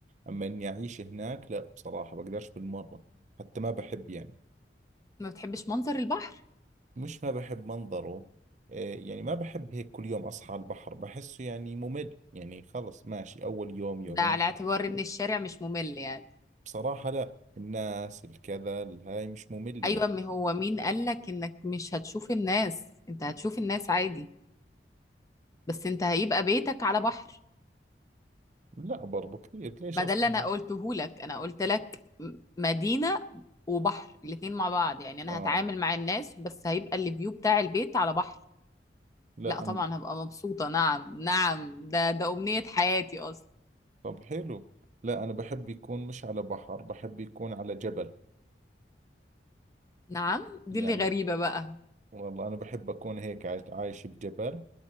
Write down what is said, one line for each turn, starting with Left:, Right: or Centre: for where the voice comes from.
Right: اما اني اعيش هناك لا بصراحه بقدرش بالمره حتى ما بحب يعني
Left: ما بتحبش منظر البحر
Right: مش ما بحب منظره آه، يعني ما بحب هيك كل يوم أصحى على البحر بحسه يعني ممل يعني خلص ماشي أول يوم يومين
Left: ده على اعتبار ان الشارع مش ممل يعني
Right: بصراحة لا الناس الكذا الهاي مش مملة
Left: ايوه
Right: يعني
Left: ما هو مين قالك انك مش هتشوف الناس انت هتشوف الناس عادي بس انت هيبقى بيتك على بحر
Right: لا برضو كثير ليش
Left: ما
Right: أصلا
Left: ده اللي انا قلته لك انا قلت لك م- مدينة وبحر الاتنين مع بعض يعني انا
Right: آه
Left: هتعامل مع الناس بس هيبقى الفيو بتاع البيت على بحر
Right: لا
Left: لا طبعا
Right: أنا
Left: هبقى مبسوطة نعم نعم ده ده امنية حياتي اصلا
Right: طب حلو لا أنا بحب يكون مش على بحر بحب يكون على جبل
Left: نعم دي
Right: يعني
Left: اللي غريبة بقى
Right: والله أنا بحب أكون هيك عايش عايش بجبل